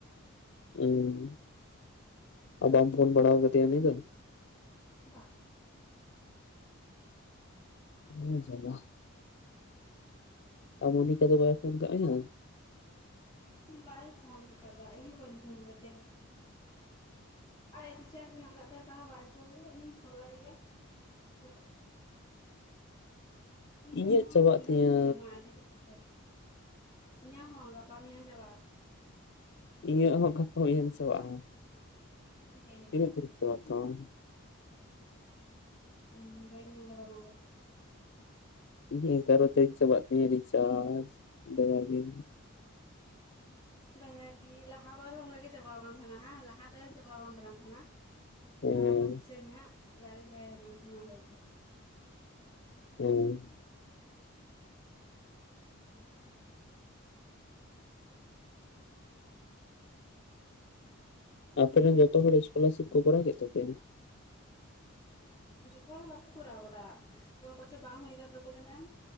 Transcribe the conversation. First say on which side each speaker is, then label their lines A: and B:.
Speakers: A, on the left; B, on the left.
A: ᱦᱩᱸ, ᱟᱫᱚ ᱵᱟᱢ ᱯᱷᱳᱱ ᱵᱟᱲᱟᱣ ᱠᱟᱫᱮᱭᱟ ᱩᱱᱤ ᱫᱚ? <unintelligible>
B: ᱵᱟᱝ
A: ᱚ ᱡᱟᱞᱟ, ᱟᱨ ᱢᱚᱱᱤᱠᱟ ᱫᱚ ᱵᱟᱭ ᱯᱷᱳᱱ ᱠᱟᱜ ᱢᱮᱭᱟ?
B: ᱵᱟᱭ ᱯᱷᱳᱱ ᱠᱟᱫᱟ ᱤᱧ ᱦᱚᱸᱚ ᱵᱟᱹᱧ ᱯᱷᱳᱱ ᱠᱟᱫᱮᱭᱟ ᱟᱡᱟᱜ ᱨᱩᱪᱟᱨᱡ ᱦᱮᱱᱟᱜ ᱠᱟᱜ ᱛᱟᱣᱟ ᱛᱟᱣ ᱦᱚᱸ ᱵᱟᱭ ᱯᱷᱳᱱ ᱠᱟᱫᱟ ᱤᱧ ᱯᱷᱳᱱᱟᱭ ᱜᱮᱭᱟ, ᱛᱚ ᱢᱤᱫ
A: ᱤᱧᱟᱹᱜ
B: ᱥᱮᱨᱢᱟ
A: ᱪᱟᱵᱟᱜ
B: ᱦᱟᱸᱰᱮ
A: ᱛᱤᱧᱟᱹ
B: ᱛᱟᱦᱮᱸ ᱠᱟᱱᱟᱭ ᱟᱡ ᱫᱤ ᱛᱟᱠᱚ ᱴᱷᱮᱱ᱾ ᱤᱧᱟᱹᱜ ᱦᱚᱸ ᱜᱟᱯᱟ ᱢᱮᱭᱟᱝ ᱪᱟᱵᱟᱜ-ᱟ
A: ᱤᱧᱟᱹᱜ ᱦᱚᱸ ᱜᱟᱯᱟ ᱢᱮᱭᱟᱝ ᱪᱟᱵᱟᱜ-ᱟ,
B: ᱦᱮᱸ
A: ᱛᱤᱱᱟᱹᱜ ᱛᱟᱨᱤᱠ‌ ᱪᱟᱵᱟᱜ ᱛᱟᱢᱟ ᱟᱢᱟᱜ?
B: <unintelligible>
A: ᱤᱧᱟᱜ ᱦᱚᱸ ᱛᱮᱨᱚ ᱛᱟᱨᱤᱠ ᱪᱟᱵᱟᱜ ᱛᱤᱧᱟ ᱨᱤᱪᱟᱨᱡᱽ ᱫᱚ, <unintelligible>
B: <unintelligible> ᱞᱟᱦᱟ ᱵᱟᱨ ᱦᱚᱸ ᱚᱱᱠᱟᱜ ᱜᱮ ᱪᱟᱵᱟᱣ ᱟᱠᱟᱱ ᱛᱟᱦᱮᱱᱟ ᱦᱮᱸ ᱞᱟᱦᱟ ᱛᱟᱭᱚᱢ ᱪᱟᱵᱟ ᱟᱠᱟᱱ ᱛᱟᱦᱮᱸᱱᱟ, <inaudible>
A: ᱦᱮᱸ
B: ᱞᱟᱦᱟ ᱵᱟᱨ ᱫᱤᱥᱟᱹᱭ ᱢᱮ ᱦᱟᱸᱜ ᱚᱲᱟᱜ ᱨᱮᱧ ᱛᱟᱦᱮ ᱠᱟᱱᱟ <unintelligible> ᱞᱟᱹᱭ ᱛᱮ <inaudible>
A: <unintelligible> ᱟᱯᱮ ᱨᱮᱱ ᱡᱚᱛᱚ ᱦᱚᱲ ᱥᱠᱚᱞᱟᱨᱥᱤᱯ ᱠᱚ ᱠᱚᱨᱟᱣ ᱠᱮᱫ ᱛᱟᱯᱮᱭᱟ?
B: ᱡᱚᱛᱚ ᱦᱚᱲ ᱫᱚ ᱵᱟ ᱠᱚ ᱠᱚᱨᱟᱦ ᱟᱠᱟᱫᱟ ᱚᱠᱚᱭ ᱠᱚᱪ ᱵᱟᱝ ᱦᱩᱭ ᱟᱠᱟᱱ ᱛᱟᱠᱚ ᱛᱟᱦᱮᱸᱱ᱾